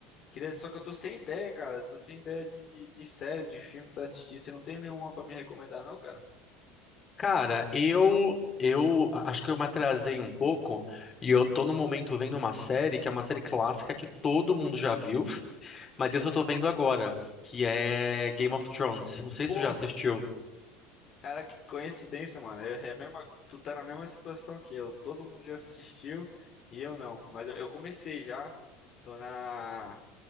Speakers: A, on the left (about 45°); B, on the left (about 30°).
A: Queria... Só que eu tô sem ideia, cara. Tô sem ideia de, de, de série, de filme pra assistir. Você não tem nenhuma pra me recomendar, não, cara?
B: Cara, eu eu acho que eu me atrasei um pouco e eu tô no momento vendo uma série que é uma série clássica que todo mundo já viu, <laughs> mas essa eu tô vendo agora, que é Game of Thrones. Não sei
A: Pô,
B: se você já assistiu.
A: Cara, que coincidência, mano. Eu, é a mesma, tu tá na mesma situação que eu. Todo mundo já assistiu e eu não. Mas eu, eu comecei já. Tô na